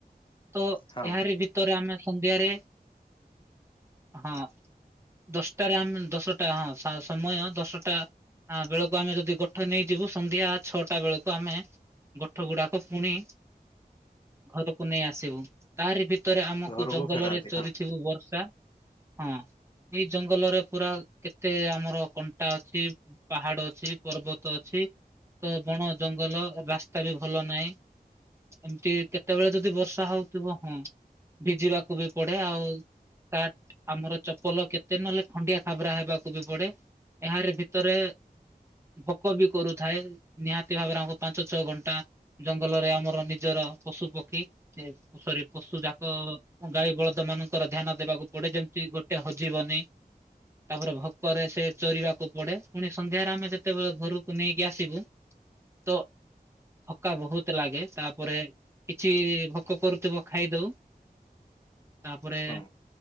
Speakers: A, on the right; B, on the left.
A: ତ
B: ହଁ।
A: ଏହାରି ଭିତରେ ଆମେ ସନ୍ଧ୍ୟାରେ ହଁ। ଦଶଟାରେ ଆଇମିନ୍ ଦଶଟା ହଁ ସା ସମୟ ଦଶଟା ହଁ ବେଳକୁ ଆମେ ଯଦି ଗୋଠ ନେଇଯିବୁ ସନ୍ଧ୍ୟା ଛଅଟା ବେଳକୁ ଆମେ ଗୋଠ ଗୁଡାକ ପୁଣି ଘରକୁ ନେଇ ଆ ଆସିବୁ ତାରି ଭିତରେ ଆମକୁ
B: ଘରକୁ
A: ଜଙ୍ଗଲରେ
B: ଫେରାନ୍ତି
A: ଚରିଥିବୁ
B: ହଁ
A: ବର୍ଷା ହଁ। ଏଇ ଜଙ୍ଗଲରେ ପୁରା କେତେ ଆମର କଣ୍ଟା ଅଛି ପାହାଡ ଅଛି ପର୍ବତ ଅଛି। ତ ବଣ ଜଙ୍ଗଲ ରାସ୍ତା ବି ଭଲ ନାହିଁ। ଏମିତି କେତେବେଳେ ଯଦି ବର୍ଷା ହଉଥିବ ହଁ। ଭିଜିବାକୁ ବି ପଡେ ଆଉ ତାଟ ଆମର ଚ ପଲ କେତେ ନହେଲେ ଖଣ୍ଡିଆ ଖାବରା ହେବାକୁ ବି ପଡେ ଏହାରି ଭିତରେ ଭୋକ ବି କରୁଥାଏ ନିହାତି ଭାବରେ ଆମକୁ ପାଞ୍ଚ ଛଅ ଘଣ୍ଟା ଜଙ୍ଗଲରେ ଆମର ନିଜର ତ ପଶୁ ପକ୍ଷୀ କି ସରି ପଶୁ ଯାକ ଗାଈ ବଳଦ ମାନଙ୍କର ଧ୍ୟାନ ଦେବାକୁ ପଡେ ଯେମିତି ଗୋ କିଏ ହଜିବନି। ତା ପରେ ଭୋକରେ ସେ ଚରିବାକୁ ପଡେ ପୁଣି ସନ୍ଧ୍ୟାରେ ଆମେ ଯେତେବେଳେ ଘରକୁ ନେଇକି ଆସିବୁ ତ ଥକା ବହୁତ ଲାଗେ ତା ପରେ କିଛି ଭୋକ କରୁଥିବ ଖାଇଦଉ। ତା ପରେ
B: ହଁ